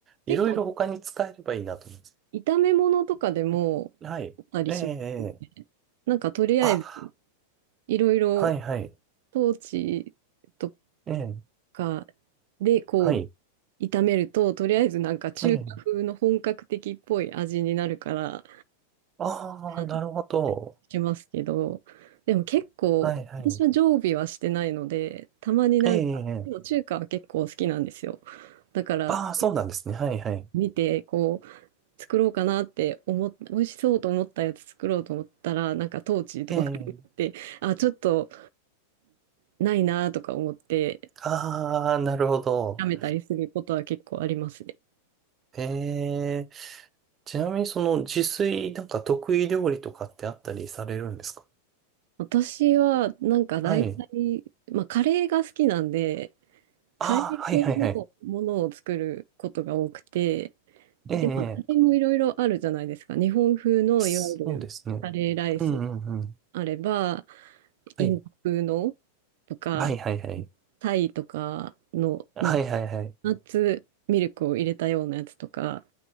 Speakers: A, on the right; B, on the right.
A: 結構
B: いろいろ他に使えればいいなと思います。
A: 炒め物とかでもあったりしますね。
B: はい。ええ、ええ。
A: なんかとりあえず
B: あ、
A: いろいろ
B: はい、はい。
A: トーチと
B: ええ、
A: か、で、こ
B: はい。
A: う、炒めると、とりあえずなんか中華風の本格的っぽい味になるから、
B: ええ。ああ、
A: なって
B: なるほど。
A: しますけど、でも結構、
B: はい、はい。
A: 私は常備はしてないので、たまになんか、
B: ええ、
A: でも中華は結構好きなんですよ。
B: ええ
A: だから、
B: ああ、そうなんですね。はいはい。
A: 見て、こう、作ろうかなって思っ、美味しそうと思ったやつ作ろうと思ったら、なんかトーチーとか買って、
B: ええ。
A: あ、ちょっと、ないなとか思って、
B: ああ、なるほど。
A: やめたりすることは結構ありますね。
B: ええ。ちなみにその自炊なんか得意料理とかってあったりされるんですか
A: 私は、なんか大体、
B: はい。
A: まあ、カレーが好きなんで、
B: ああ、
A: カレー系のものを作ることが多くて、
B: はいはいはい。ええ。
A: で、まあ、カレーもいろいろあるじゃないですか。
B: ええ
A: 日本風のいわゆるカレーライス
B: そうですね。うんうんうん。
A: あれば、
B: はい。
A: インド風のとか、
B: はいはいはい。
A: タイとかの、
B: はいはいはい。
A: なんか、ナッツミルクを入れたようなやつとか、